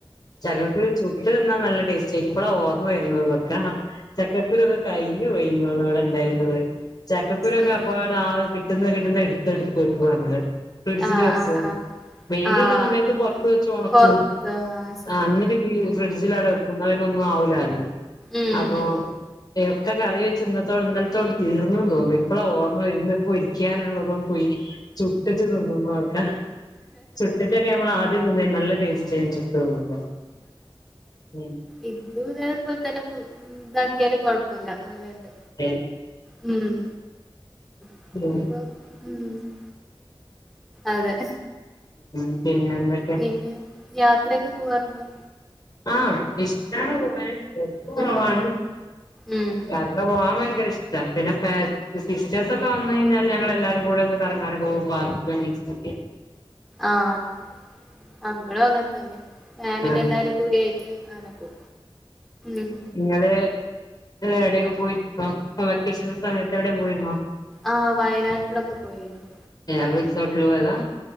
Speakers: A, on the left (about 45°); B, in the centre.
A: ചക്കക്കുരു ചുട്ട് തിന്നാ നല്ല ടേസ്റ്റ് ആയിരിക്കും ഇപ്പളാ ഓർമ്മ വരുന്നത് ആഹ് ചക്കക്കുരു ഒക്കെ കയിഞ്ഞു പോയി <unintelligible> ഉണ്ടായിന്നത് ചക്കക്കുരൊക്കെ
B: ആഹ്
A: അപ്പാടെ ആ കിട്ടുന്ന കിട്ടുന്ന എടുത്ത് എടുത്ത് എക്കും നമ്മള് ഫ്രിഡ്ജിൽ
B: ആഹ്
A: വെക്കോ
B: ആഹ് ആഹ്
A: വെയ്ലുള്ള
B: ആഹ്
A: സമയത്ത് പുറത്ത് വെച്ചോണം
B: പൊറത്ത്
A: ഉം
B: ആഹ് ശരിയാ
A: അങ്ങനക്കെ ഫ്രിഡ്ജിൽ അടെ ക്കും ന്നാ പിന്നെ ഒന്നും ആവൂല
B: ഉം
A: അപ്പോ എക്കെ കറി വെച്ച് ഇന്നതൊ ഇന്നലത്തോട് തീർന്ന് തോന്നി ഇപ്പള ഓർമ്മ വരുന്ന പ്പൊ ഇരിക്കാനുള്ളതും പോയി ചുട്ടിച്ചു തിന്നതൊക്കെ ചുട്ട്ട്ടൊക്കെ നമ്മള് ആദ്യം നിന്നേനി നല്ല ടേസ്റ്റ് ചുട്ട് തിന്നുമ്പോള് ഉം
B: ഇത് ഇതേപോലെ തന്നെ ഇതാക്കിയാലും കുഴപ്പല്ല നല്ലണ്ട്
A: <unintelligible>
B: ഉം <unintelligible>
A: ഉം
B: ഉം അതെ
A: ഉം പിന്നെന്ത്
B: പിന്നെ യാത്രയൊക്കെ പോവാറുണ്ടോ
A: ആഹ് ഇഷ്ടാണ് പോവാന് പോക്ക് കൊറവാണ്
B: ഉം ഉം
A: യാത്ര പോവാൻ ഭയങ്കര ഇഷ്ടാ പിന്നെ പാ സിസ്റ്റേഴ്സ്ക്കെ വന്നയിഞ്ഞാല് ഞങ്ങള് എല്ലാവരും <unintelligible>
B: ആഹ് അമ്മളും അങ്ങൻ തന്നെ ഫാമിലി
A: ആഹ്
B: എല്ലാരും കൂടേയ് ട്ട് ആനെ പോ ഉം
A: ങ്ങള് ഏടെയൊക്കെ പോയിന്നോ വെക്കേഷൻ സമയത്ത് എവിടെ പോയിരുന്നോ
B: ആഹ് വയനാട്ടിലൊക്കെ പോയിരുന്നു
A: ഏഹ് റിസോർട്ടില് പോയതാ.